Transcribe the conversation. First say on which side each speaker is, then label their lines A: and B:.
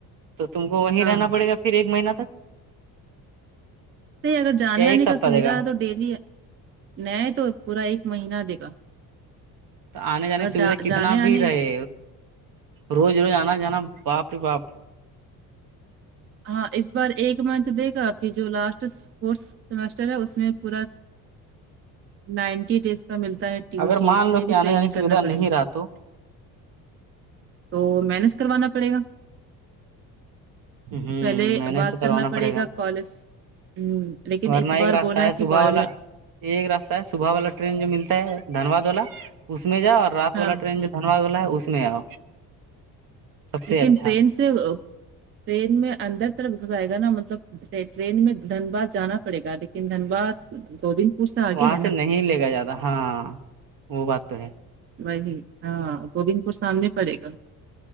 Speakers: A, on the right; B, on the right.
A: تو تم کو وہ
B: ہاں
A: رہنا پڑے گا پھر ایک مہینہ تک
B: نہیں اگر جانے
A: یا ایک
B: آنے
A: سپتہ
B: کا سویدھا
A: دے گا
B: ہے تو ڈیلی ن تو پورا ایک مہینہ دے گا
A: آنے جانے
B: اور
A: کی سویدھا
B: جا
A: کتنا
B: جانے آنے
A: بھی رہے روز روز آنا جانا باپ رے باپ
B: ہاں اس بار ایک منتھ دے گا فیر جو لاسٹ کورس سمسٹر ہے اس میں پورا نائنٹی ڈیز کا ملتا ہے ڈیوٹی
A: اگر مان
B: اس
A: لو
B: میں
A: کہ
B: بھی
A: آنے
B: ٹریننگ
A: جانے کی
B: کرنا
A: سویدھا
B: پڑے
A: نہیں
B: گی
A: رہا تو
B: تو مینج کروانا پڑے گا
A: آمہم
B: پہلے
A: مینج
B: بات
A: تو کروانا
B: کرنا
A: پڑے گا
B: کالج ہ لیکن
A: ورنا
B: اس بار
A: ایک راستہ
B: بولا
A: ہے
B: کہ
A: صبح
B: بایو
A: والا
B: میں
A: ایک راستہ ہے صبح والا ٹرین جو ملتا ہے دھنباد والا اس میں جاؤ اور رات
B: ہاں
A: والا ٹرین جو دھنباد والا اس میں آؤ سب
B: لیکن
A: سے اچھا
B: ٹرین سے ٹرین میں اندر طرف بھاگے گا نا مطلب ٹرین میں دھنباد جانا پڑے گا لیکن دھنباد گوبند پور آگے
A: وہاں
B: ہے
A: سے
B: نا
A: نہیں لے گا زیادہ ہاں وہ بات تو ہے
B: وہی ہاں گوبند پور سامنے پڑے گا